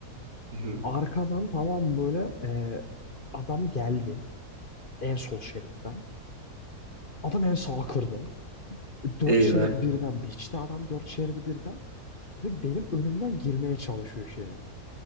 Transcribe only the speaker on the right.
Hı hı.
Eyvah.